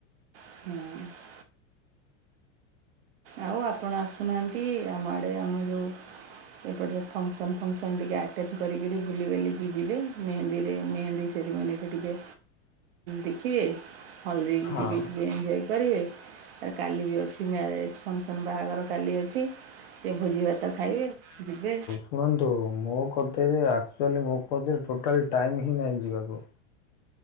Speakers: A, on the right (about 50°); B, on the left (about 35°).
A: <inaudible> ଆଉ ଆପଣ ଆସୁନାହାନ୍ତି ଆମ ଆଡ଼େ ଆମ ଯେଉ ଏପଟେ ରେ ଫଙ୍କସନ ଫଙ୍କସନ୍ ଟିକେ ଆଟେଣ୍ଟ କରିକିରି ବୁଲି ବଲିକି ଯିବେ ମେହେନ୍ଦୀରେ ମେହେନ୍ଦୀ ସେରି ମନିକ ଟିକେ ଦେଖିେବେ। ହଳଦୀ
B: ହଁ।
A: ଟିକି ଟିକେ ଏଞ୍ଜୟ କରିବେ ଆ କାଲି ବି ଅଛି ମ୍ୟାରେଜ୍। ଫଙ୍କସନ୍ ବାହାଘର କାଲି ଅଛି ଟିକେ ଭୋଜି ଭାତ ଖାଇବେ ଯିବେ।
B: ଶୁଅନ୍ତୁ ମୋ କତିରେ ଆକ୍ଚୁଆଲି ମୋ କତିରେ ଟୋଟାଲ ଟାଇମ୍ ହିଁ ନାହିଁ ଯିବାକୁ।